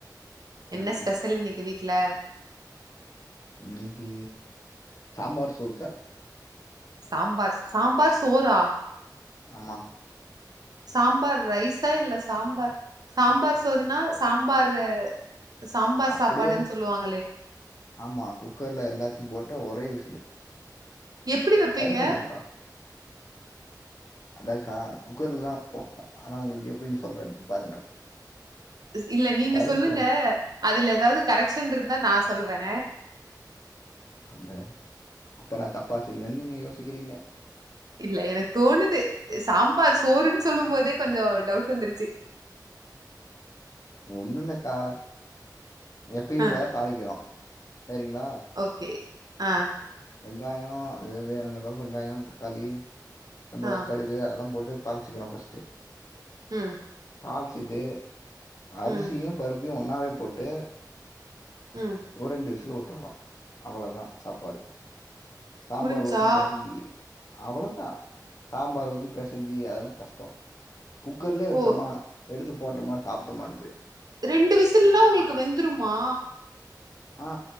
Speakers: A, on the left; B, on the right.
A: ம்
B: என்ன ஸ்பெஷல் இன்னைக்கு வீ ட்ல
A: இன்னைக்கு சாம்பார் சோறுதா
B: சாம்பார் சாம்பார் சோறா
A: ஆமா
B: சாம்பார் ரைசா இல்ல சாம்பார் சாம்பார் சோறுனா சாம்பார் சாம்பார்
A: அப்படியே
B: சாப்பாடுன்னு சொல்லுவாங்களே
A: ஆமா குக்கர்ல எல்லாத்தையும் போட்டு ஒ கை விசிலு
B: எப்டி வெப்பீங்க
A: டைம் இல்லக்கா அதாக்கா குக்கர்லதா வெப்போ ஆனா உங்களுக்கு எப்டின்னு சொல்றன் இப்ப பாருங்க
B: இல்ல நீங்க
A: பருப்பு
B: சொல்லுங்க அதுல ஏதாவது கரெக்ஷன் இருந் தா நா சொல்றே
A: அத அப்ப நா தப்பா செய்வேன்னு நீங்க யோசிக்கிறீங்க
B: இல்ல எனக்கு தோணுது சாம்பார் சோறுன்னு சொல்லும் போதே கொஞ்ச டவுட் வந்துருச்சு
A: ஒண்ணுல்லக்கா எப்பயும்
B: ஆ
A: போல தாளிக்கிறோ சரிங்களா
B: ஓகே ஆ
A: வெங்காய அது வேணுங்கறளவுக்கு வெங்காய தக்காளி அப்ற
B: ஆ
A: கடுகு அதெல்லா போட்டு தாளிச்சுக்கறோ ஃபஸ்ட்டு
B: ம்
A: தாளிச்சுட்டு அரிசியும்
B: ம்
A: பருப் ப்பையு ஒன்னாவே போட்டு
B: ம்.
A: ஒரு ரெண்டு விசிலு உ உட்டர்றோ அவ்வளதா சாப்பாடு சாம்பார்
B: முடிஞ்ச்சா?
A: ஊத்தி பெசஞ்சி அவ்வளதா சாம்பார் ஊத்தி பெசஞ்சி அதெல்லா கஷ்ட குக்கர்லயே வச்சமா
B: ஓ!
A: எடுத்து போட்டமா சாப்ட்டமான்து
B: ரெண்டு விசில்லா உங்களுக்கு வெந்துருமா
A: ஆ